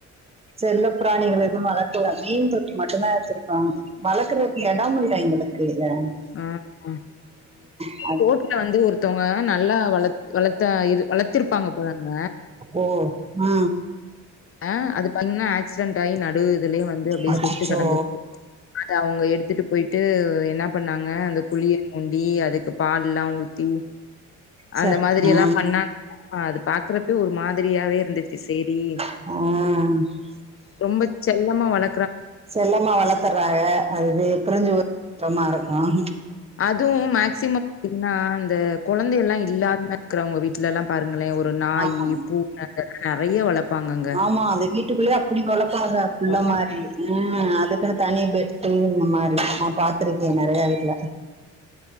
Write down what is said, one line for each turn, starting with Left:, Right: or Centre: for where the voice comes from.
Right: செல்ல பிராணிகள் எதும் வள மீன் தொட்டி மட்டுந்தா வெச்சிருக்கோ வளக்குறதுக்கு எடொம் இல்ல எங்களுக்கு எ
Left: அ அ
Right: ஆ
Left: கோட்னு வந்து ஒருத்தவ்ங்க நல்லா வள வளத்த அ இது வளத்திருப்பாங்க போலங்க
Right: ஓ ஆ
Left: அ அது பண்ணா ஆக்சிடெட் ஆயி நடுவு இதுலயே வந்து அப்டியே
Right: அச்சச்சோ
Left: செத்து கெடந்துச்சு அது அவ்ங்க எடுத்துட்டு போய்ட்டு என்ன பண்ணாங்க அந்த குழி உண்டி அதுக்கு பால் எல்லா ஊத்தி
Right: ச
Left: அந்த மாதிரி
Right: ஆ
Left: எல்லா பண்ணாங் ஆ அது பாக்குறப்பயெ ஒரு மாதிரியாவே இருந்துச்சு சேரி
Right: ஆ
Left: ரொம்ப செல்லமா வள
Right: செல்லமா வளர்த்தர்றாங்க அதுவே பிரிஞ்சு போக கஷ்டமா இருக்கும்
Left: அதுவு மேக்சிமம் பாத்தீங்கன்னா இந்த குழந்தை எல்லா இல்லாம இருக்குறவங்க இந்த வீட் வீட்ல எல்லா பாருங்களே ஒரு நாய்
Right: ஆமாமா
Left: பூனைெல்லா நெறைய வளர்பாங்க
Right: ஆமா அந்த வீட்டுக்குள்ளயே அப்டி வளப்பாங்க இந்த
Left: ஆனா,
Right: மாரி ம் அதுக்குன்னு தனி பெட் <unintelligible> இந்த மாரி நா பாத்திருக்க நெறைய வீட் ல